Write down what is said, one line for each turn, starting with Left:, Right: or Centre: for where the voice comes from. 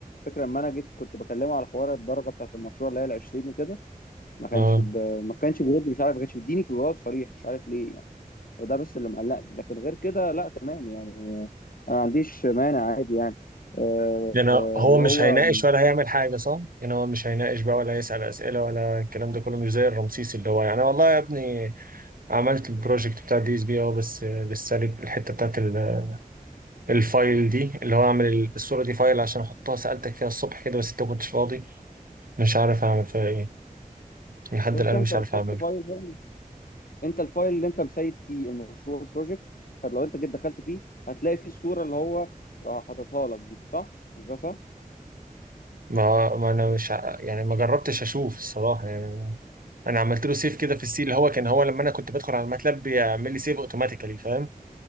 Left: فكرة لما انا جيت كنت بكلمه على حوار الدرجة بتاعة المشروع اللي هي ال 20 وكده ما كانش
Right: اه
Left: ب... ما كانش بيرد مش عارف ما كانش بيديني جواب صريح مش عارف ليه يعني فده بس اللي مقلقني لكن غير كده لا تمام يعني انا ما عنديش مانع عادي يعني آه،
Right: يعني هو
Left: اللي
Right: مش
Left: هو
Right: هيناقش ولا هيعمل حاجه صح؟ يعني هو مش هيناقش بقى ولا هيسال اسئله ولا الكلام ده كله مش زي الرمسيس اللي هو يعني والله يا ابني عملت البروجكت بتاع دي اس بي اه بس لسه لي الحته بتاعت ال- الفايل دي اللي هو اعمل ال- الصوره دي فايل عشان احطها سالتك فيها الصبح كده بس انت ما كنتش فاضي مش عارف اعمل فيها ايه لحد
Left: بس
Right: الان
Left: انت
Right: مش
Left: بتحط
Right: عارف اعمله
Left: فايل بقى. انت الفايل اللي انت مسيب فيه المشروع البروجكت لو انت جيت دخلت فيه هتلاقي فيه الصوره اللي هو آه، حاططها لك دي صح مش ده صح
Right: ما ما انا مش ع- يعني ما جربتش اشوف الصراحه يعني انا عملت له سيف كده في السي اللي هو كان هو لما انا كنت بدخل على الماتلاب بيعمل لي سيف اوتوماتيكالي فاهم